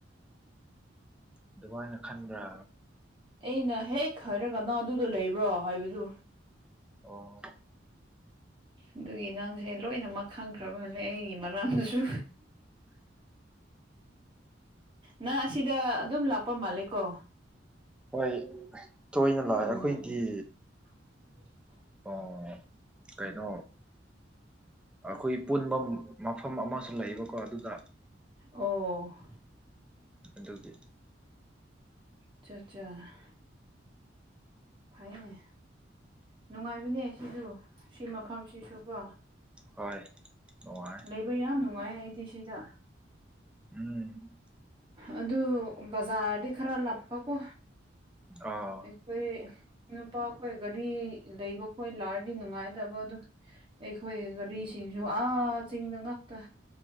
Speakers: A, in the centre; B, on the right.
A: ꯑꯗꯨꯃꯥꯏꯅ ꯈꯟꯕ꯭ꯔꯥ
B: ꯑꯩꯅ ꯍꯦꯛ ꯍꯥꯏꯔꯒ ꯅꯪ ꯑꯗꯨꯗ ꯂꯩꯕ꯭ꯔꯣ ꯍꯥꯏꯕꯗꯨ
A: ꯑꯣ
B: ꯑꯗꯨꯒꯤ ꯅꯪꯖꯦ ꯂꯣꯏꯅꯃꯛ ꯈꯪꯈ꯭ꯔꯕ ꯃꯥꯜꯂꯦ ꯑꯩꯒꯤ ꯃꯔꯥꯝꯗꯁꯨ ꯅꯪ ꯑꯁꯤꯗ ꯑꯗꯨꯝ ꯂꯥꯛꯄ ꯃꯥꯜꯂꯦ ꯀꯣ
A: ꯍꯣꯏ ꯇꯣꯏꯅ ꯂꯥꯛꯑꯦ
B: ꯎꯝ
A: ꯑꯩꯈꯣꯏꯗꯤ
B: <inaudible>
A: ꯑꯣ ꯀꯩꯅꯣ ꯑꯈꯣꯏ ꯄꯨꯟꯕꯝ ꯃꯐꯝ ꯑꯃꯁꯨ ꯂꯩꯌꯦꯕꯀꯣ ꯑꯗꯨꯗ
B: ꯑꯣ
A: ꯑꯗꯨꯒꯤ
B: ꯑꯆꯥ ꯆꯥ ꯐꯩꯅꯦ ꯅꯨꯡꯉꯥꯏꯕꯅꯦ ꯁꯤꯁꯨ ꯁꯤ ꯃꯐꯝꯁꯤꯁꯨ ꯀꯣ
A: ꯍꯣꯏ ꯅꯨꯡꯉꯥꯏ
B: ꯂꯩꯕ ꯌꯥꯝ ꯅꯨꯡꯉꯥꯏ ꯑꯩꯗꯤ ꯁꯤꯗ
A: ꯎꯝ
B: ꯑꯗꯨ ꯕꯖꯥꯔꯗꯤ ꯈꯔ ꯂꯥꯞꯄꯀꯣ
A: ꯑꯣ
B: ꯑꯩꯈꯣꯏ ꯅꯨꯄꯥꯈꯣꯏ ꯒꯥꯔꯤ ꯂꯩꯕ ꯈꯣꯏ ꯂꯥꯛꯔꯗꯤ ꯅꯨꯡꯉꯥꯏꯗꯕ ꯑꯗꯨ ꯑꯩꯈꯣꯏ ꯒꯥꯔꯤꯁꯤꯡꯖꯨ ꯑꯥ ꯆꯤꯡꯗ ꯉꯥꯛꯇ